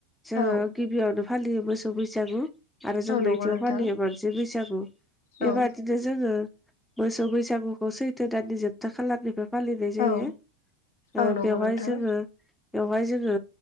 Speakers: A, in the centre; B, on the left (about 70°).
A: जोङो
B: औ
A: गिबियावनो फालियो मोसौ बैसागु आरो जों
B: औ
A: नैथियाव
B: नंगौ नोंथां
A: फालियो मानसि बैसागु। बेबादि
B: औ
A: नो जोङो मोसौ बैसागुखौ सैथो दाननि जोबथा खालारनिफाय फालिनाय जायो।
B: औ
A: ओ
B: औ नंगौ
A: बेवहाय
B: नोंथां
A: ओ बेवहाय जोङो